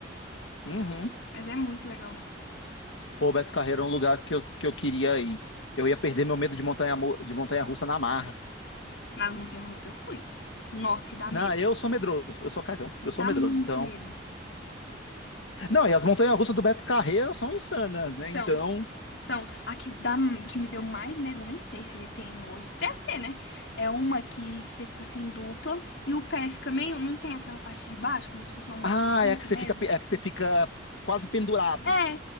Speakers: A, on the left (about 85°); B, on the left (about 70°).
A: uhum.
B: Mas é muito legal.
A: Pô, Beto Carreiro é um lugar que eu, que eu queria ir. Eu ia perder meu medo de montanha, mo- de montanha russa na marra.
B: Nas montanhas-russas eu fui. Nossa, e dá medo.
A: Não, eu sou medroso, eu sou cagão, eu sou
B: Dá
A: medroso.
B: muito
A: Então,
B: medo.
A: não, e as montanhas russas do Beto Carreiro são insanas, né?
B: Então,
A: Então,
B: São, a que, dá, que me deu mais medo, nem sei se tem hoje, deve ter, né? É uma que você fica assim dupla e o pé fica meio, não tem aquela parte de baixo, como se fosse uma montanha
A: ah,
B: russa
A: é que você
B: mesmo?
A: fica, pe- é que você fica quase pendurado.
B: É,